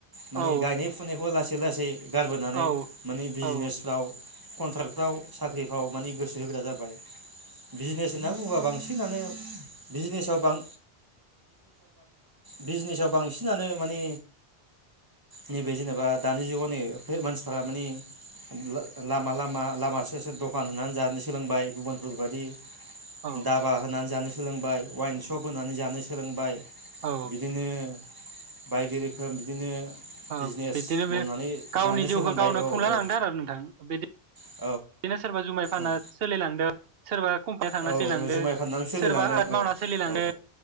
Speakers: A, on the right (about 20°); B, on the right (about 65°).
A: माने
B: औ
A: गायनाय फुनायखौ लासै लासै गारबोनानै
B: औ
A: माने बिजनेसफ्राव
B: औ
A: कन्ट्रक्टफ्राव साख्रिफ्राव माने गोसो होग्रा जाबाय। बिजनेस होनना बुङोबा बांसिनानो बिजनेसआव बां बिजनेसाव बांसिनानो माने नैबे जेनेबा दानि जुगावनै मानसिफ मानि ल लामा लामा लामा स स सोर दखान होनानै जानो सोलोंबाय गुबुन फोरबादि
B: औ
A: दाबा होनानै जानो स सोलोंबाय वाइन सप होनानै जानो सोलोंबाय
B: औ
A: बिदिनो बायदि रोखोम बिदिनो
B: ओ
A: बिजनेस
B: बिदिनो बे
A: मावनानै
B: गावनि
A: जानो
B: जिउखौ
A: सोलोंबाय
B: गावनो
A: औ
B: खुंला
A: औ
B: लांदों आरो नोंथां बिदि
A: औ
B: दिनो सोरबा जुमाय फाना
A: औ
B: सोलिलांदो <unintelligible> सोरबा कम्पानियाव थांना
A: औ
B: सोलिलांदों
A: औ जुमाय फाननानै सोलिलांदों
B: सोरबा आट
A: औ
B: मावना सोलिलांदो
A: औ